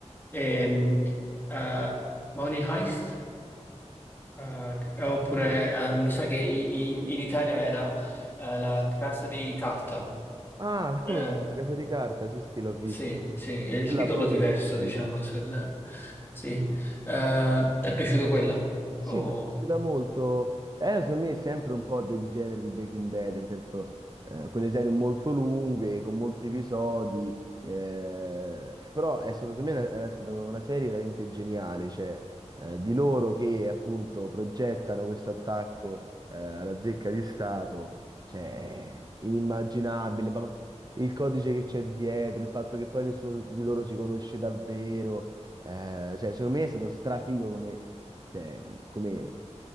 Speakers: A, on the left; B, on the right.
A: Ehm, eh, Money Heist, eh, c- oppure eh, mi sa che i- i- in, Italia era eh, La casa di carta.
B: Ah,
A: Eh,
B: come La Casa di Carta? Sì, sì, l'ho vista.
A: sì, sì, è il
B: Quella
A: titolo
B: pure
A: diverso,
B: è
A: diciamo.
B: bella.
A: sul- sì. Eh, è piaciuto quella?
B: Sì,
A: O-
B: mi è piaciuta molto. Era secondo me sempre un po' del genere di Breaking Bad, nel senso eh, quelle serie molto lunghe, con molti episodi, eh, però è stata secondo me era, era stata una serie veramente geniale, cioè eh, di loro che appunto progettano questo attacco eh, alla zecca di Stato, cioè inimmaginabile, ma il codice che c'è dietro, il fatto che poi nessuno di loro si conosce davvero. Eh, cioè, secondo me è stato strafigo come, cioè, come